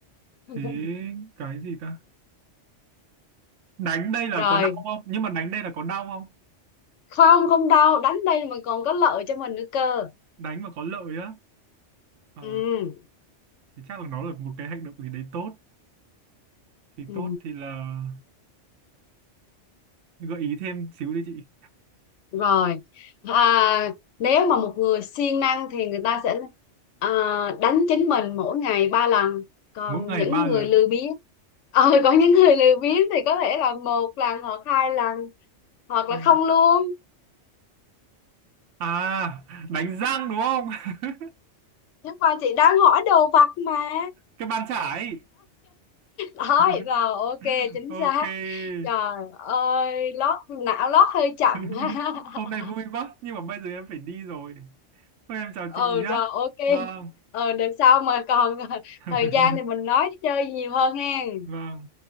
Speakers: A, on the left; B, on the right.
A: <laughs>
B: thế cái gì ta đánh đây là
A: rồi
B: có đau không nhưng mà đánh đây là có đau không
A: không không đâu đánh đây mà còn có lợi cho mình nữa cơ
B: đánh mà có lợi á Ờ,
A: ừ.
B: thì chắc là nó là một cái hành động gì đấy tốt thì
A: Ừ.
B: tốt thì là gợi ý thêm xíu đi chị
A: rồi à, nếu mà một người siêng năng thì người ta sẽ à, đánh chính mình mỗi ngày ba lần còn
B: mỗi ngày
A: những
B: ba
A: người
B: lần
A: lười biếng ờ <laughs> có những người lười biếng thì có thể là một lần hoặc hai lần hoặc
B: Ờ,
A: là không luôn
B: à đánh răng đúng không <laughs>
A: nhưng mà chị đang hỏi đồ vật mà
B: cái bàn chải
A: thôi
B: <laughs>
A: rồi ok chính
B: ok
A: xác trời ơi lót não lót hơi chậm
B: <laughs>
A: <laughs>
B: hôm nay vui quá nhưng mà bây giờ em phải đi rồi thôi em chào
A: ừ
B: chị nhá
A: rồi ok
B: vâng
A: ừ được sau mà còn <laughs>
B: <laughs>
A: thời gian thì mình nói chơi nhiều hơn hen
B: vâng